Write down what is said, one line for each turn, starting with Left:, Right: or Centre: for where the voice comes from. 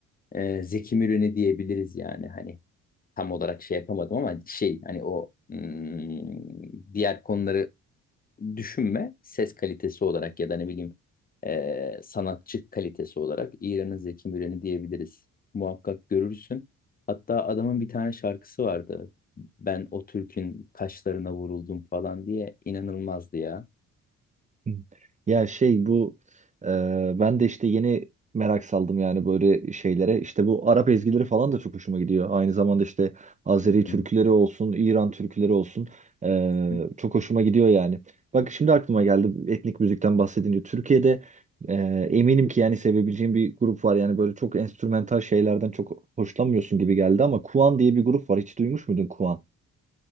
Left: e, Zeki Müren'i diyebiliriz yani hani tam olarak şey yapamadım ama şey hani o hmm, diğer konuları düşünme ses kalitesi olarak ya da ne bileyim e, sanatçı kalitesi olarak İran'ın Zeki Müren'i diyebiliriz. Muhakkak görürsün. Hatta adamın bir tane şarkısı vardı. Ben o Türk'ün kaşlarına vuruldum falan diye inanılmazdı ya.
Right: Hı. Ya şey bu e, ben de işte yeni merak saldım yani böyle şeylere. İşte bu Arap ezgileri falan da çok hoşuma gidiyor. Aynı zamanda işte Azeri
Left: Hmm.
Right: türküleri olsun, İran türküleri olsun e,
Left: Hmm.
Right: çok hoşuma gidiyor yani. Bak şimdi aklıma geldi etnik müzikten bahsedince. Türkiye'de e, eminim ki yani sevebileceğim bir grup var. Yani böyle çok enstrümantal şeylerden çok hoşlanmıyorsun gibi geldi ama Kuan diye bir grup var. Hiç duymuş muydun Kuan?